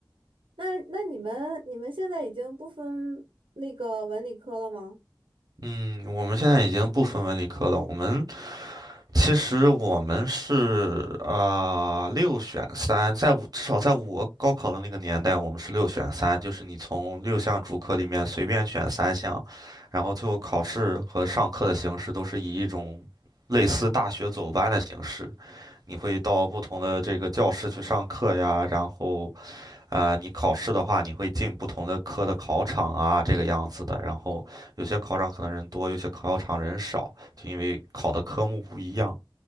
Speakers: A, on the right; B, on the right.
A: 那那你们你们现在已经不分那个文理科了吗？
B: 嗯，我们现在已经不分文理科了。我们其实我们是啊、呃六选三，在我至少在我高考的那个年代，我们是六选三，就是你从六项主科里面随便选三项，然后最后考试和上课的形式都是以一种类似大学走班的形式，你会到不同的这个教室去上课呀，然后呃，你考试的话，你会进不同的科的考场啊，这个样子的。然后有些考场可能人多，有些考场人少，就因为考的科目不一样。